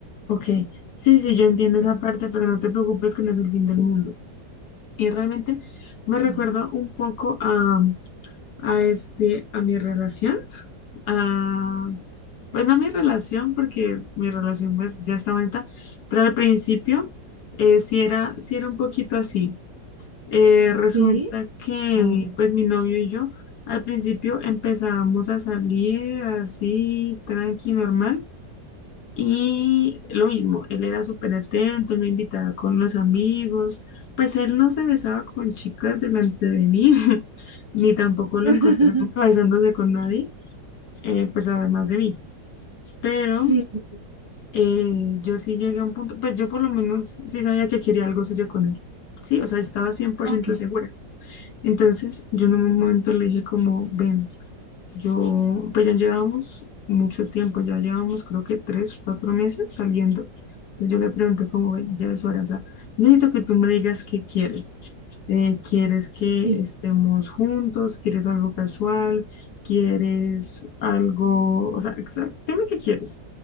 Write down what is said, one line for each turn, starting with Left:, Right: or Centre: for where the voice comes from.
Left: Ok. Sí, sí, yo entiendo
Right: Pero
Left: esa
Right: sí.
Left: parte, pero no te preocupes que no es el fin del mundo. Y realmente me recuerda
Right: Ay, sí.
Left: un poco a, a este, a mi relación, a, pues no a mi relación, porque mi relación pues ya está bonita, pero al principio eh, sí era, sí era un poquito así. Eh, resulta
Right: ¿Sí?
Left: que
Right: Oh.
Left: pues mi novio y yo al principio empezábamos a salir así, tranqui, normal. Y lo mismo, él era súper atento, él me invitaba con los amigos, pues él no se besaba con chicas delante de mí, <laughs> ni tampoco
Right: <laughs>
Left: lo encontré nunca besándose con nadie, eh, pues además de mí. Pero
Right: Sí, sí, sí.
Left: eh, yo sí llegué a un punto, pues yo por lo menos sí sabía que quería algo serio con él, sí, o sea, estaba cien por
Right: Ok,
Left: ciento segura. Entonces yo en un momento le dije como, ven. Yo, pues ya llevábamos mucho tiempo, ya llevábamos creo que tres, cuatro meses saliendo. Entonces yo le pregunté como, "Ve, ya es hora, o sea, necesito que tú me digas qué quieres. Eh, ¿quieres que
Right: sí.
Left: estemos juntos? ¿Quieres algo casual? ¿Quieres algo? O sea, exacto, dime qué quieres.